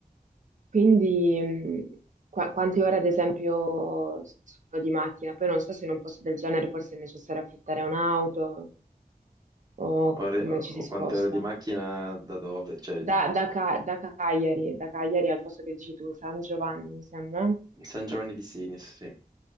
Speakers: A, on the right; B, on the right.
A: Quindi, mh, qua- quante ore ad esempio sono di macchina? Poi non so se in un posto del genere forse è necessario affittare un'auto o
B: Ore,
A: come
B: oh,
A: ci si sposta.
B: quante ore di macchina da dove? Cioè,
A: Da, da Ca- da Cagliari, da Cagliari al posto che dici tu, San Giovanni, mi sembra.
B: San Giovanni di Sinis, sì.